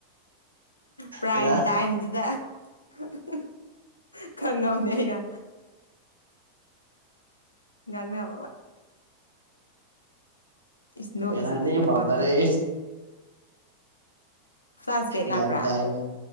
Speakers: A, on the left; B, on the right.
A: ꯄ꯭ꯔꯥꯏꯝ
B: ꯀꯅꯥ
A: ꯇꯥꯏꯝꯗꯨꯗ <unintelligible> ꯈꯪꯉꯕꯅꯦ ꯑꯩꯅ ꯉꯥꯡꯅꯕ ꯋꯥ ꯏꯁ ꯅꯣꯛꯏꯁꯤꯗꯤ
B: ꯀꯅꯥꯗꯩ
A: ꯂꯣꯟꯅ
B: ꯄꯥꯎ ꯇꯥꯔꯛꯏ
A: ꯐ꯭ꯂꯥꯁꯕꯦꯛ
B: ꯒ꯭ꯌꯥꯟ
A: ꯂꯥꯛꯄ꯭ꯔꯥ
B: ꯇꯥꯢꯅꯦ